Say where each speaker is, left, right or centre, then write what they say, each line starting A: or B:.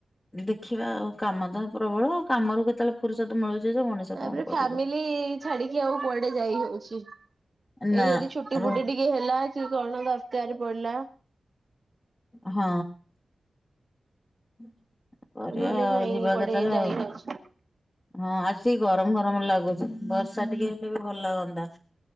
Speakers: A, on the left (about 25°); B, on the right (about 45°).
A: ଦେଖିବା ଆଉ କାମ ତ ପ୍ରବଳ, କାମରୁ କେତେବେଳେ ଫୁରୁସତ ମିଳୁଛି ଯେ ମଣିଷ
B: ତାପରେ
A: କଣ କରିବ?
B: ଫ୍ୟାମିଲି ଛାଡିକି ଆଉ କୁଆଡେ ଯାଇ ହଉଛି,
A: ନା
B: ଏଇ ଯଦି ଛୁଟି
A: ର
B: ଫୁଟି ଟି କିଏ ହେଲା କି କଣ ଦରକାର ପଡିଲା
A: ହଁ। <inaudible> କରିବା
B: ନହେଲେ
A: ଆଉ
B: ନାଇଁ
A: ଯିବା
B: କୁଆଡେ
A: କେତେବେଳେ
B: ଯାଇ
A: ଆଉ।
B: ହଉଛି
A: ହଁ ଆସିକି ଗରମ ଗରମ ଲାଗୁଛି। ବର୍ଷା ଟିକେ ହେଲେ ବି ଭଲଲାଗନ୍ତା।